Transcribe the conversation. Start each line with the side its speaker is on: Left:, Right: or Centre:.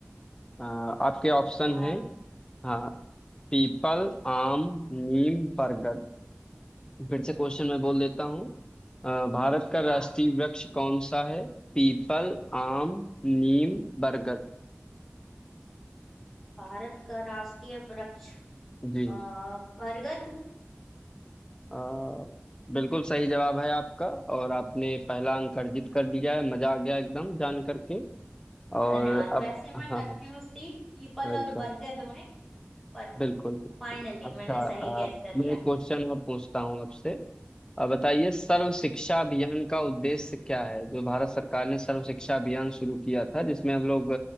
Left: अ, आपके ऑप्शन
Centre: भारत
Left: है हाँ पीपल आम नीम बरगद फिर से क्वेश्चन मैं बोल देता हूँ अ, भारत का राष्ट्रीय
Centre: हाँ
Left: वृक्ष कौन सा है पीपल आम नीम बरगद
Centre: भारत का राष्ट्रीय वृक्ष
Left: जी
Centre: अ, बरगद
Left: अ, बिल्कुल सही जवाब है आपका और आपने पहला अंक अर्जित कर लिया है मजा आ गया एकदम जान करके और
Centre: धन्यवाद
Left: अब
Centre: वैसे मैं
Left: हाँ
Centre: कंफ्यूज
Left: हाँ
Centre: थी पीपल
Left: बिल्कुल
Centre: और बरगद में पर
Left: बिल्कुल बिल्कुल
Centre: फाइनली
Left: अच्छा
Centre: मैंने सही
Left: अ,
Centre: गैस कर लिया
Left: मैं एक क्वेश्चन और पूछता हूँ आपसे अ, बताइए सर्व शिक्षा अभियान का उद्देश्य क्या है जो भारत सरकार ने सर्व शिक्षा अभियान शुरू किया था जिसमें हम लोग